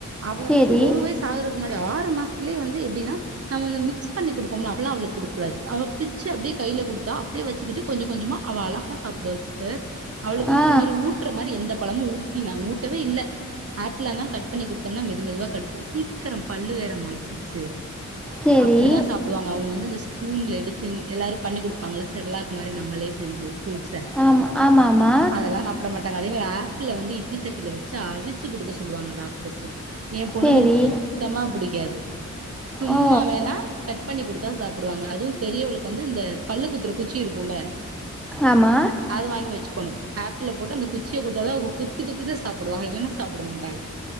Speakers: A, on the right; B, in the centre.
A: அவு வந்துட்டு
B: சரி.
A: ஒரு வயசு ஆகுறது முன்னா டே ஆறு மாஸ்த்துலே வந்து எப்டினா நா கொஞ்ச மிக்ஸ் பண்ணி குடுப்போம்ல அப்பில்லா அவ்ளுக் குடுக்கூடாது அவ பிச்சு அப்டே கை கைல குடுத்தா அப்டே வெச்சிக்கிட்டு கொஞ்ச கொஞ்சமா அவ அழகா சாப் டுவ் சிஸ்டர் அவுளுக் வந்து
B: ஆ.
A: இந்த மாரி ஊட்டுற மாரி எந்த பழமு ஊட்டி நா ஊட்டவே இல்ல ஆப்பிள் எல்லா கட் பண்ணி குடுத்தம்னா மெது மெதுவா கடிச்சு சீக்கிரம் பல்லு வேற மொளச்சிருச்சு
B: சரி.
A: அப்பிடிதா சாப்டுவாங்க அவுங் வந்திந்த ஸ் பூன்ல எடுத்து எல்லாரு பண்ணி குடுப்பாங்கள செர்லாக் மாரி நம்மளே செஞ்சி ஃப்ரூட்ஸ
B: ஆம் ஆமா ஆமா
A: அதெல்லா சாப்ட மாட்டாங்க அதே மார் ஆப்பிள வந்து இட்லி சட்டில வெச்சு அவிச்சு குடுக்க சொல்லுவாங்க டாக்டஸ்ஸு எ பொண்ணுங்களுக்
B: சரி.
A: சுத்தமா புடிக்காது சும்மா
B: ஓ!
A: வேணா கட் பண்ணி குடுத்தா சாப்புடுவாங்க அதுவு பெரியவளுக் வந்து இந்த பல்லு குத்துற குச்சி இருக்குல
B: ஆமா
A: அது வாய்ங் வெச்சுக்கனு ஆப்பிள போட்டு அந்த குச்சிய குட்தாதா அவ கு குத்தி குத்தி தா சாப்புடுவாங்க இல்லன்னா சாப்புட மாட்டாங்க